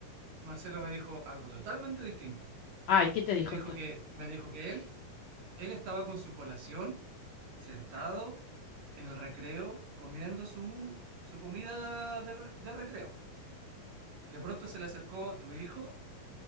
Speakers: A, on the right; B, on the left.
A: Marcelo me dijo algo totalmente distinto.
B: Ay, ¿qué te
A: Me
B: dijo
A: dijo
B: entonces?
A: que, me dijo que él Él estaba con su colación, sentado en el recreo, comiendo su, su comida de, de recreo. De pronto se le acercó tu hijo,